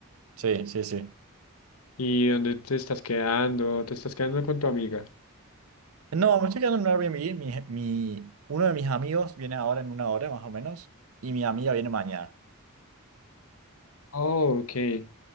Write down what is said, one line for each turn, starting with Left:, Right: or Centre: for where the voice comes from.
Right: Sí, sí, sí.
Left: ¿Y dónde te estás quedando? ¿Te estás quedando con tu amiga?
Right: No, me estoy quedando en un Airbnb. Mi, mi- uno de mis amigos viene ahora en una hora más o menos. Y mi amiga viene mañana.
Left: Oh, ok.